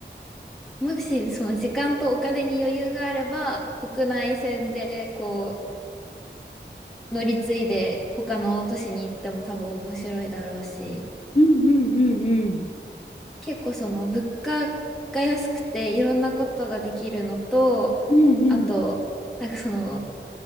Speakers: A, in the centre; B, on the left.
A: もしその時間とお金に余裕があれば、国内線でこ乗り継いで他の都市に行っても多分面白いだろうし、
B: うんうんうんうん。
A: 結構その物価が安くていろんなことができるのと、
B: うんうん。
A: あと、なんかその、